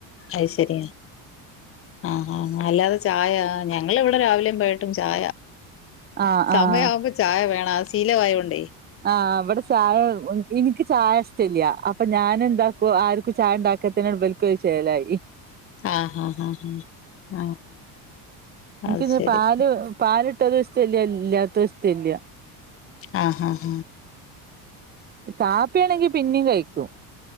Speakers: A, on the left; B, on the right.
A: അയ് ശരിയ ആഹ ഹഅല്ലാതെ ചായ ഞങ്ങ ഇവിടെ രാവിലെയും വൈകിട്ടും ചായ
B: ആഹ്
A: സമയ
B: ആഹ്
A: ആവുമ്പോ ചായ വേണം അത് ശീല ആ യോണ്ടെ
B: ആഹ് അവിടെ ചായ എനിക്ക് ചായ ഇഷ്ടല്യ അപ്പൊ ഞാൻ എന്താക്കുവ ആർക്കും ചായ ഉണ്ടാക്കിയത്തിട്ബൽക്ക ചെലായി
A: ആഹ് ഹഹ് ആഹ് ഹഹ ആഹ്
B: എനിക്ക്
A: അത്
B: ഇന്ന്
A: ശരി
B: പാല് പാലിട്ടാ ഇഷ്ടല്ല ഇല്ലാത്തതും ഇഷ്ടല്ല
A: ആഹ് ഹഹ
B: കാപ്പിയാണെങ്കി പിന്നേം കഴിക്കും